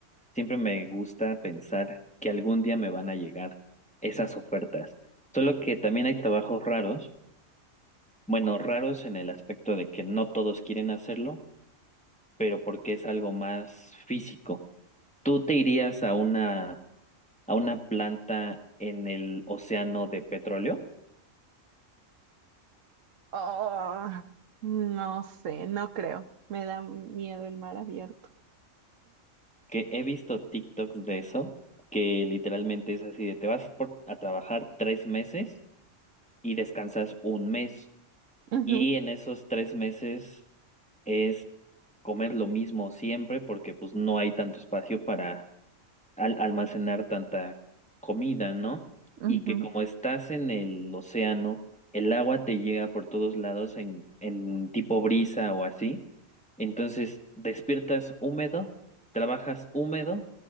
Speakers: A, in the centre; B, on the right.
A: siempre me gusta pensar que algún día me van a llegar esas ofertas. Solo que también hay trabajos raros, bueno, raros en el aspecto de que no todos quieren hacerlo pero porque es algo más físico. ¿Tú te irías a una, a una planta en el océano de petróleo?
B: Oh, no sé, no creo. Me da miedo el mar abierto.
A: Que he visto TikToks de eso, que literalmente es así de te vas por- a trabajar tres meses y descansas un mes.
B: Ujú,
A: Y en esos tres meses es comer lo mismo siempre porque pues no hay tanto espacio para al almacenar tanta comida, ¿no?
B: ujú.
A: Y que como estás en el océano, el agua te llega por todos lados en, en tipo brisa o así. Entonces despiertas húmedo, trabajas húmedo